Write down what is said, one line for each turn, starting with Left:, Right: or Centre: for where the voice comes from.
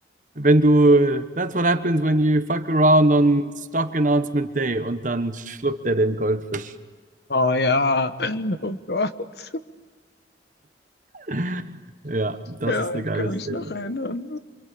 Right: wenn du, that's what happens when you fuck around on Stock Announcement Day und dann schluckt er den Goldfisch.
Left: oh ja, oh Gott,
Right: <laughs> Ja, das
Left: ja,
Right: ist eine
Left: ich
Right: geile
Left: kann mich
Right: Szene.
Left: noch erinnern.